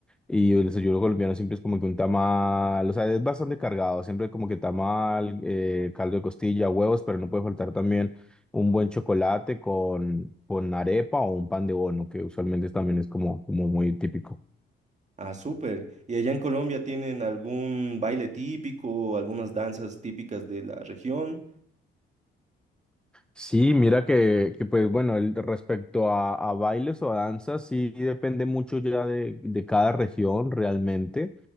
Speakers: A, in the centre; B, on the right.
A: Y el desayuno colombiano siempre es como que un tamal, o sea, es bastante cargado, siempre como que tamal, eh, caldo de costilla, huevos, pero no puede faltar también un buen chocolate con, con arepa o un pan de bono, que usualmente también es como, como muy típico.
B: Ah, súper. ¿Y allá en Colombia tienen algún baile típico, algunas danzas típicas de la región?
A: Sí, mira que, que pues bueno, el- respecto a, a bailes o a danzas, sí depende mucho ya de, de cada región realmente.